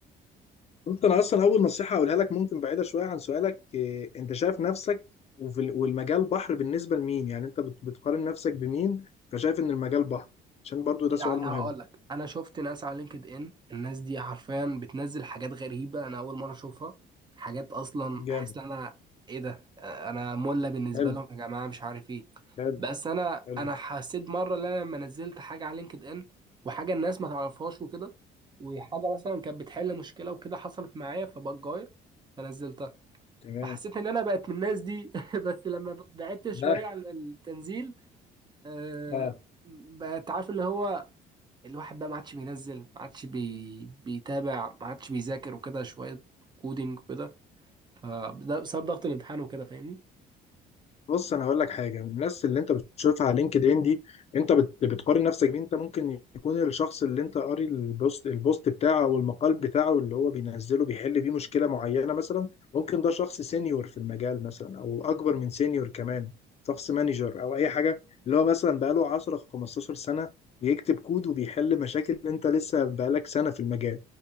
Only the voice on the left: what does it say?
ممكن أصلا أول نصيحة أقولها لك ممكن بعيدة شوية عن سؤالك إيه، أنت شايف نفسك وفي ال- والمجال بحر بالنسبة لمين يعني أنت بت- بتقارن نفسك بمين فشايف إن المجال بحر عشان برضو ده
سؤال مهم
جامد
حلو
حلو
حلو
تمام
ده
اه
بص انا هقول لك حاجه من الناس اللي انت بتشوفها على لينكد ان دي انت بت- بتقارن نفسك بيه انت ممكن يكون الشخص اللي انت قاري البوست البوست بتاعه او المقال بتاعه اللي هو بينزله بيحل بيه مشكله معينه مثلا ممكن ده شخص سينيور في المجال مثلا او اكبر من سينيور كمان شخص مانجر او اي حاجه اللي هو مثلا بقاله 10 15 سنه بيكتب كود وبيحل مشاكل انت لسه بقالك سنه في المجال